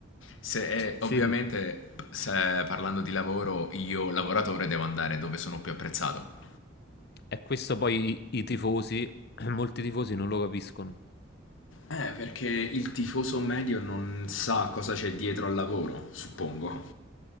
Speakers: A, on the left; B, on the left.
A: Cioè, se- eh, ovviamente,
B: Sì,
A: se- parlando di lavoro, io lavoratore devo andare dove sono più apprezzato.
B: e questo poi i, i tifosi, <clears throat> molti tifosi non lo capiscono.
A: Eh, perché il tifoso medio non sa cosa c'è dietro al lavoro, suppongo.